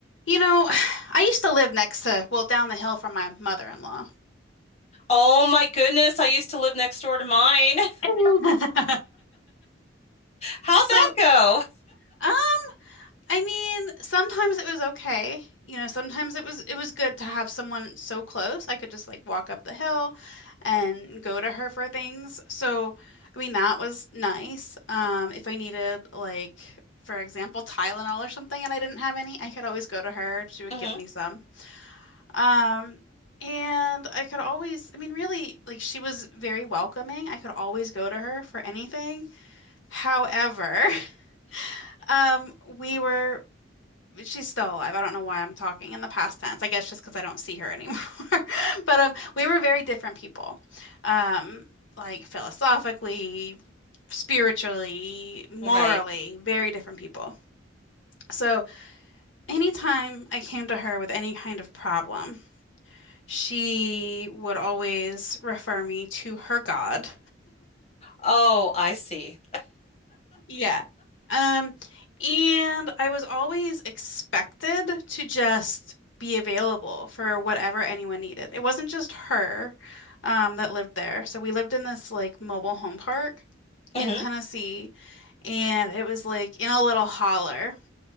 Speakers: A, on the left; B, on the left.
A: You know, <sighs> I used to live next to, well, down the hill from my mother-in-law.
B: Oh my goodness, I used to live next door to mine. <laughs>
A: <laughs>
B: How'd
A: So,
B: that go?
A: uh, I mean, sometimes it was okay. You know, sometimes it was it was good to have someone so close. I could just like walk up the hill and go to her for things. So, I mean, that was nice. Um, if I needed like, for example, Tylenol or something and I didn't have any, I could always go to her. She would
B: hmm
A: give me some. Um, and I could always, I mean, really, like she was very welcoming. I could always go to her for anything. However, <laughs> um, we were, she's still alive. I don't know why I'm talking in the past tense. I guess just because I don't see her anymore. <laughs> But um, we were very different people. Um, like philosophically, spiritually, morally,
B: Right.
A: very different people. So anytime I came to her with any kind of problem, she would always refer me to her god.
B: Oh, I see.
A: Yeah. Um, and I was always expected to just be available for whatever anyone needed. It wasn't just her, um, that lived there. So we lived in this like mobile home park
B: hmm
A: in Tennessee, and it was like in a little holler.